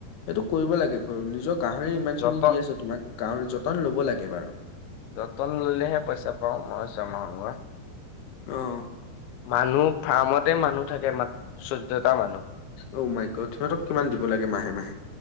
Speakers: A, on the left (about 70°); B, on the left (about 80°).
A: এইটো কৰিব লাগে কৰ নিজক গাহৰিয়ে ইমান
B: যতন
A: খিনি দি আছে তোমাক গাহৰি যতন ল'ব লাগে বাৰু।
B: যতন ল'লেহে পইচা পাওঁ মই ছমাহৰ মুৰত।
A: অ
B: মানুহ ফাৰ্মতে মানুহ থাকে মাত চৈধ্যটা মানুহ।
A: অ মাই গ'দ, সিহঁতক কিমান দিব লাগে মাহে, মাহে?